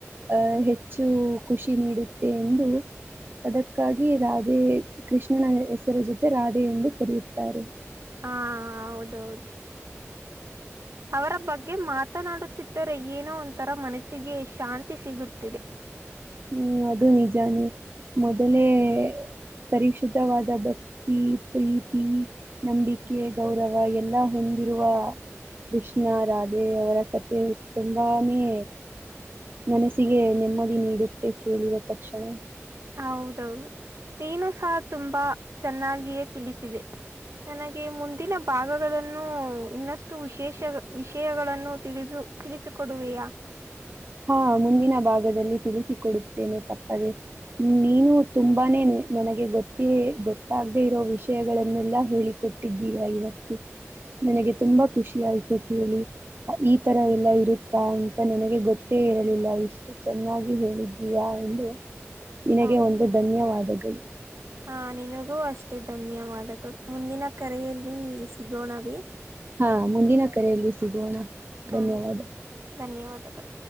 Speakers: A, on the right; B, on the right.
A: ಅಹ್ ಹೆಚ್ಚು ಖುಷಿ ನೀಡುತ್ತೆ ಎಂದು ಅದಕ್ಕಾಗಿ ರಾಧೆ ಕೃಷ್ಣನ ಹೆಸರ ಜೊತೆ ರಾಧೆ ಎಂದು ಕರೆಯುತ್ತಾರೆ
B: ಹಾ ಹೌದೌದು ಅವರ ಬಗ್ಗೆ ಮಾತ ಮಾತನಾಡುತ್ತಿದ್ದರೆ ಏನೋ ಒಂಥರ ಮನಸ್ಸಿಗೆ ಶಾಂತಿ ಸಿಗುತ್ತಿದೆ
A: ಹ್ಮ ಅದು ನಿಜಾನೇ ಮೊದಲೇ ಪರಿಶುದ್ಧವಾದ ಭಕ್ತಿ ಪ್ರೀತಿ ನಂಬಿಕೆ ಗೌರವ ಎಲ್ಲ ಹೊಂದಿರುವ ಕೃಷ್ಣ ರಾಧೆ ಅವರ ಕತೆೆ ತುಂಬಾನೇ ಮನಸ್ಸಿಗೆ ನೆಮ್ಮದಿ ನೀಡುತ್ತೆ ಕೇಳಿದ ತಕ್ಷಣ
B: ಹೌದೌದು ನೀನು ಸಹ ತುಂಬಾ ಚೆನ್ನಾಗಿಯೇ ತಿಳಿಸಿದೆ ನನಗೆ ಮುಂದಿನ ಭಾಗಗಳನ್ನು ಇನ್ನಷ್ಟು ವಿಶೇಷ ವಿಷಯಗಳನ್ನು ತಿಳಿದು ತಿಳಿಸ ಕೊಡುವೆಯಾ
A: ಹಾ ಮುಂದಿನ ಭಾಗದಲ್ಲಿ ತಿಳಿಸಿಕ ಕೊಡುತ್ತೇನೆ ತಪ್ಪದೆೇ ನೀನು ತುಂಬ ತುಂಬಾನೇ ನನಗೆ ಗೊತ್ತಿ ಗೊತ್ತಾಗದೆ ಇರೋ ವಿಷಯಗಳನ್ನೆಲ್ಲ ಹೇಳಿಕೊಟ್ಟಿದ್ದೀಗ ಇವತ್ತು ನನಗೆ ತುಂಬಾ ಖುಷಿ ಆಯ್ತು ಕೇಳಿ ಈ ತರ ಎಲ್ಲಾ ಇರುತ್ತ ಾ ಅಂತ ನನಗೆ ಗೊತ್ತೇ ಇರಲಿಲ್ಲ ಇಷ್ಟು ಚೆನ್ನಾಗಿ ಹೇಳಿದ್ದೀಯಾ ಎಂದು ನಿನಗೆ
B: ಹೌದು
A: ಒಂದು ಧನ್ಯವಾದಗಳು
B: ಹಾ ನಿನಗೂ ಅಷ್ಟೇ ಧನ್ಯವಾದಗಳು ಮುಂದಿನ ಕರೆಯಲ್ಲಿ ಸಿಗೋಣವೇ
A: ಹಾ ಮುಂದಿನ ಕರೆಯಲ್ಲಿ ಸಿಗೋಣ
B: ಹಾ
A: ಧನ್ಯವಾ ದ
B: ಧನ್ಯವಾದಗಳು